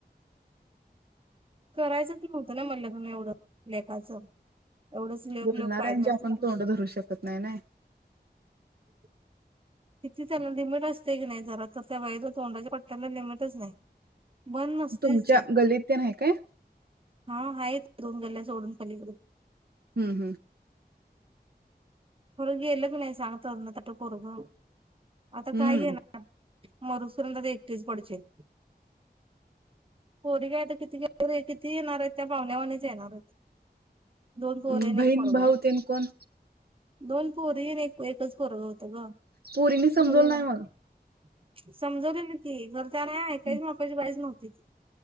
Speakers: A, on the right; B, on the right.
A: करायचंच नव्हतं ना म लग्न एवढं लेकाच एवढंच लेक
B: बोलणाऱ्यांची
A: लेक पाहिजे असल
B: आपण
A: त
B: तोंड धरू शकत नाही नाही
A: <inaudible> किती त्यांला लिमिट असतय की नाय जरा तर त्या बाईच्या तोंडाच्या पट्ट्यांना लिमिटच नाही. बंद नसतयच
B: तुमच्या
A: ते,
B: गल्लीत तेन आहे काय
A: हा हाय दोन गल्या सोडून पलीकड
B: हम्म हम्म
A: खर गेलं कनय सांग त ते नं पोरग आता
B: हम्म
A: काय घेण मरूस पर्यंत काय एकटीच पडशील. पोरी काय आता कितीे किती येणार आहेत त्या पाहुण्यावाणीच येणार आहेत. दोन पोरी
B: हम्म, बहीण
A: एक पोरग
B: भाऊ
A: हाय.
B: तेन कोण
A: दोन पोरी एक एकच पोरग होतं ग
B: पोरीनी समजवलं
A: पोरी
B: नाही मग
A: समजवलेली की ती घरच्या ऐकायची
B: हम्म
A: मापाची बाईचं नव्हती ती